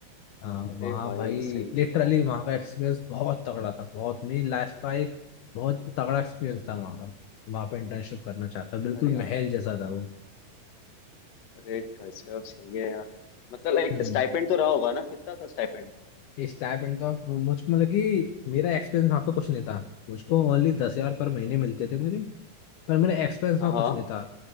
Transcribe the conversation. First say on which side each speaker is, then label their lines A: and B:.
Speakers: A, on the left; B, on the left.
A: हाँ
B: अरे
A: वहाँ
B: भाई
A: भाई
B: सही
A: लिटरली
B: है यार
A: वहाँ का एक्सपीरियंस बहुत तगड़ा था बहुत मेरी लाइफ का एक बहुत तगड़ा एक्सपीरियंस था वहाँ का वहाँ पर इंटर्नशिप करना चाहकर बिल्कुल
B: अरे यार
A: महल जैसा था वो
B: अरे गजब सही है यार मतलब लाइक
A: हम्म
B: स्टाइपेंड तो रहा होगा ना कितना था स्टाइपेंड
A: स्टाइपेंड तो आप- मुझको मतलब कि मेरा एक्सपेंस वहाँ पे कुछ नहीं था मुझको ओनली दस हजार पर महीने मिलते थे मुझे पर मेरा एक्सपेंस
B: हाँ
A: वहाँ
B: हाँ
A: कुछ नहीं था